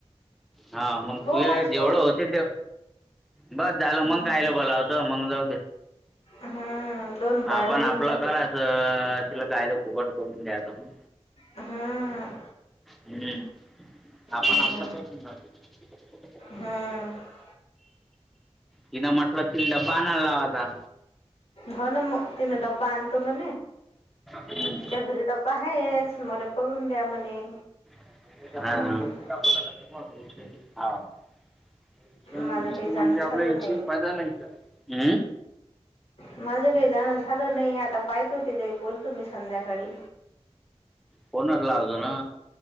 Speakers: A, in the centre; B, on the left.
A: हा, मग
B: हो
A: तुझे
B: माझे
A: जेवढं
B: दोन
A: होते ते बस झालं,
B: हम्म
A: मग काहिलं बोलाव. द मंग जाऊ दे.
B: हम्म. दोन पाय
A: आपण
B: होऊन
A: आपलं
B: जाते
A: करायचं, तिला काय ते फुकट करून द्याचं मग.
B: हम्म
A: हम्म, आपण
B: हम्म
A: आपलं- <unintelligible> <inaudible>
B: हम्म
A: तिन म्हटलं, ति डब्बा आणाय लाव आता.
B: हो ना मग- तिन डब्बा आणतो म्हणे,
A: हं.
B: तिच्या घरी डब्बा आहेच मला- करून द्या म्हणे.
A: <inaudible>
B: हम्म
A: म्हणजे
B: माझं काही जाणं
A: आपल्या
B: झालं
A: या
B: नाही
A: फायदा नाही का. हं.
B: माझं काही जाणं झालं नाही, आता पाहतो तिला बोलतो मी संध्याकाळी.
A: फोनच लागना.